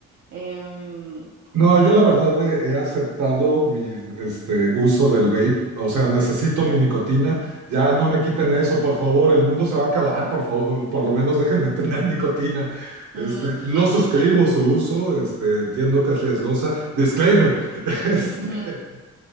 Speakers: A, on the right; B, on the right.
A: Em,
B: No, yo la verdad eh, he aceptado mi este, uso del vape, o sea, necesito mi nicotina, ya no me quiten eso, por favor, el mundo se va a acabar, por favor, por lo menos déjenme <laughs> tener nicotina.
A: mm,
B: Este,
A: <laughs>
B: no suscribo su uso, este, entiendo que es riesgosa, disclaimer, <laughs> este,
A: ujú.